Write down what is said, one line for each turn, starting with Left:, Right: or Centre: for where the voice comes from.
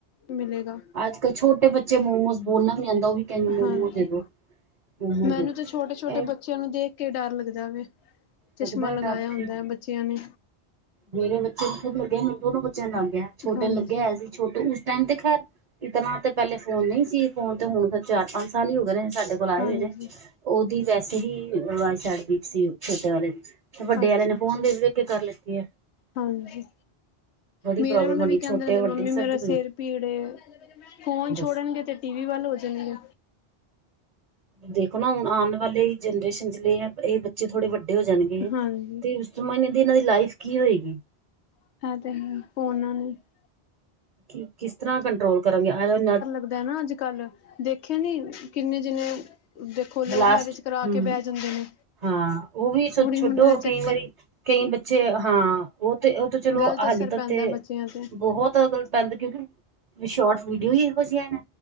Left: ਮਿਲੇਗਾ
Right: ਅੱਜ ਕੱਲ੍ਹ ਛੋਟੇ ਬੱਚੇ ਮੋਮੋਸ ਬੋਲਨਾ ਵੀ ਨ੍ਹੀਂ ਆਂਦਾ ਉਹ ਵੀ ਕਹਿੰਦੇ ਮੋਮੋ
Left: ਹਾਂਜੀ
Right: ਦੇ ਦੋ ਮੋਮੋਸ
Left: ਮੈਨੂੰ
Right: ਦੇ ਦੋ
Left: ਤੇ ਛੋਟੇ ਛੋਟੇ
Right: ਇਹ
Left: ਬੱਚੇਆਂ ਨੂੰ ਦੇਖ ਕੇ ਡਰ ਲੱਗਦਾ ਵੇ ਚਸ਼ਮਾ
Right: ਲੱਗਦਾ
Left: ਲਗਾਇਆ
Right: ਡਰ
Left: ਹੁੰਦਾ ਬੱਚੇਆਂ ਨੇ
Right: ਮੇਰੇ ਬੱਚੇਆਂ ਨੂੰ ਖੁਦ ਲੱਗਿਆਂ ਮੈਨੂੰ ਦੋਨੋਂ ਬੱਚੇਆਂ ਨੂੰ ਲੱਗ ਗਿਆ ਛੋਟੇ
Left: ਹਾਂਜੀ
Right: ਨ ਲੱਗਿਆ ਆ ਸੀ ਛੋਟੇ ਉਸ ਟੈਮ ਤੇ ਖ਼ੈਰ ਇਤਰ੍ਹਾਂ ਤੇ ਪਹਿਲੇ ਫ਼ੋਨ ਨਹੀਂ ਸੀ ਫ਼ੋਨ ਤੇ ਹੁਣ ਚਾਰ ਪੰਜ ਸਾਲ ਹੀ ਹੋ ਗਏ ਨੇ ਸਾਡੇ <unintelligible> <unintelligible>
Left: ਹਾਂਜੀ
Right: ਤੇ ਵੱਡੇ
Left: ਅੱਛਾ
Right: ਆਲੇ ਨੇ
Left: ਅੱਛਾ
Right: ਫ਼ੋਨ ਦੇ ਵੇਖ ਵੇਖ ਕੇ ਕਰ ਲਿੱਤੀ ਐ
Left: ਹਾਂਜੀ। ਮੇਰੇ
Right: ਪ੍ਰੋਬਲਮ
Left: ਹੁਣ
Right: ਬਣੀ
Left: ਵੀ
Right: ਛੋਟੇ
Left: ਕਹਿੰਦੇ ਰਹਿੰਦੇ
Right: ਵੱਡੇ
Left: ਮੰਮੀ ਮੇਰਾ
Right: ਸਭ ਦੀ ਬਣੀ
Left: ਸਿਰ ਪੀੜ ਏ ਫ਼ੋਨ
Right: ਦੱਸ
Left: ਛੋੜਨਗੇ ਤੇ ਟੀ ਵੀ ਵੱਲ ਹੋ ਜਾਨਗੇ।
Right: ਦੇਖੋਂ ਨਾ ਹੁਨ ਆਨ ਵਾਲੇ ਜੇਨਰੇਸ਼ਨ ਚ ਇਹ ਬੱਚੇ ਥੋੜ੍ਹੇ ਵੱਡੇ ਹੋ ਜਾਨਗੇ
Left: ਹਾਂਜੀ
Right: ਸਮਝ ਨੀ ਆਂਦੀ ਇਹਨਾਂ ਦੀ ਲਾਈਫ ਕੀ ਹੋਏਗੀ
Left: <unintelligible> <unintelligible>
Right: ਕਿ ਕਿਸ ਤਰ੍ਹਾਂ ਕੰਟਰੋਲ ਆ ਨਾ <unintelligible>
Left: ਦਾ ਨਾ ਅੱਜ ਕੱਲ੍ਹ ਦੇਖਿਆਂ ਨੀ ਕਿੰਨੇ ਜਿੰਨੇ ਦੇਖੋਂ ਲਵ
Right: ਬਲਾਸਟ
Left: ਮੈਰਿਜ ਕਰਾ
Right: ਹਮ
Left: ਕੇ ਬਹਿ ਜਾਂਦੇ ਨੇ
Right: ਹਾਂ ਉਹ ਵੀ
Left: ਕੁੜੀ
Right: ਛੱਡੋ
Left: ਮੁੰਡੇ ਦਾ ਚੱਕਰ
Right: ਕਈ ਵਾਰੀ ਕਈ ਬੱਚੇ ਹਾਂ ਉਹ ਤੇ ਉਹ ਤੇ ਚਲੋ
Left: ਗ਼ਲਤ
Right: ਹਾਲੀ
Left: ਅਸਰ
Right: ਤੱਕ
Left: ਪੈਂਦਾ
Right: ਤੇ
Left: ਬੱਚਿਆਂ ਤੇ
Right: ਬੋਹਤ ਗਲ ਪੈਂਦਾ ਕਿਉਂਕਿ ਸ਼ੋਰਟ ਵੀਡੀਓ ਹੀ ਇਹੋ ਜਿਆਂ ਨੇ।